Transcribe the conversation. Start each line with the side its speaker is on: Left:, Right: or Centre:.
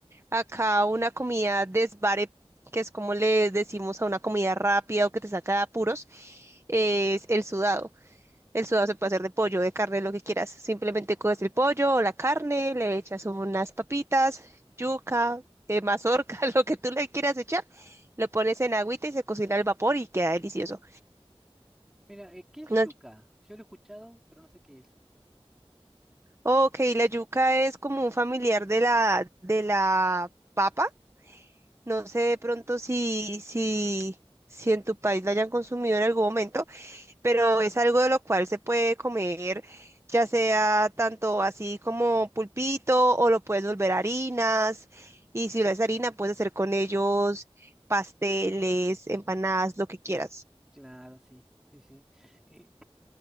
Right: acá una comida desvare, que es como le decimos a una comida rápida o que te saca de apuros, es el sudado. El sudado se puede hacer de pollo, de carne, lo que quieras. Simplemente coges el pollo o la carne, le echas unas papitas, yuca, eh, mazorca, <laughs> lo que tú le quieras echar. Lo pones en agüita y se cocina al vapor y queda delicioso.
Centre: Mira, eh, ¿qué es
Right: No-
Centre: yuca? Yo lo he escuchado, pero no sé qué es.
Right: Ok, la yuca es como un familiar de la, de la papa. No sé de pronto si, si, si en tu país la hayan consumido en algún momento pero es algo de lo cual se puede comer, ya sea tanto así como pulpito o lo puedes volver harinas. Y si lo es harina, puedes hacer con ellos pasteles, empanadas, lo que quieras.
Centre: Claro, sí, sí, sí. Y,